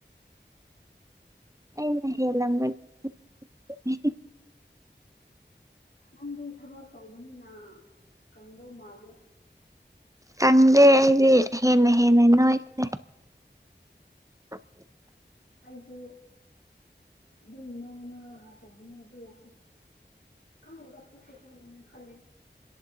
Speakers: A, on the right; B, on the left.
A: ꯑꯩꯅ ꯍꯦꯜꯂꯝꯒ <unintelligible>
B: ꯅꯪꯗꯤ ꯊꯥꯕꯛ ꯇꯧꯕꯅꯤꯅ ꯀꯪꯗꯧ ꯃꯥꯜꯂꯤ
A: ꯀꯪꯗꯦ ꯑꯩꯗꯤ ꯍꯦꯟꯅ ꯍꯦꯟꯅ ꯅꯣꯏꯈ꯭ꯔꯦ <inaudible>
B: ꯑꯩꯁꯨ ꯑꯗꯨꯝ ꯅꯣꯏ ꯅꯣꯏꯔꯒ ꯇꯧꯕꯅꯦ ꯑꯗꯣ ꯍꯧꯖꯤꯛ ꯈꯪꯗꯦꯗ ꯄꯨꯛꯁꯦ ꯍꯦꯟꯅ ꯅꯣꯏꯈꯠꯂꯦ